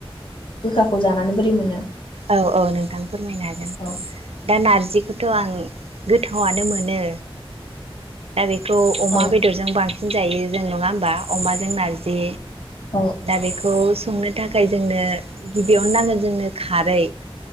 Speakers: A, on the left; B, on the right.
A: गोखाखौ जानानै बोरै मोनो?
B: औ औ नोंथां फोरमायनो हागोन
A: औ
B: दा नारजिखौ थ आं गोथावानो मोनो। दा बे खौ अमा
A: औ
B: बेदरजों बांसिन जायो। जों नङा होमबा अमाजों नारजि
A: औ
B: दा बेखौ संनो थाखाय जोंनो गिबियावनो नाङो जोंनो खारै